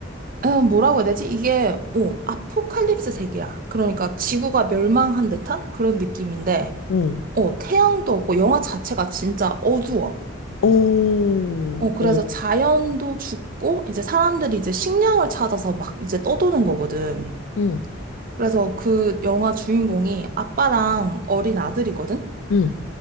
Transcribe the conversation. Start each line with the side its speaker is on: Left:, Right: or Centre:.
Right: 어, 뭐라고 해야 되지? 이게, 어, 아포칼립스 세계야. 그러니까 지구가 멸망한 듯한 그런 느낌인데,
Left: 응.
Right: 어, 태양도 없고 영화 자체가 진짜 어두워.
Left: 오,
Right: 어, 그래서
Left: 오,
Right: 자연도 죽고, 이제 사람들이 이제 식량을 찾아서 막 이제 떠도는 거거든.
Left: 응,
Right: 그래서 그 영화 주인공이 아빠랑 어린 아들이거든?
Left: 응.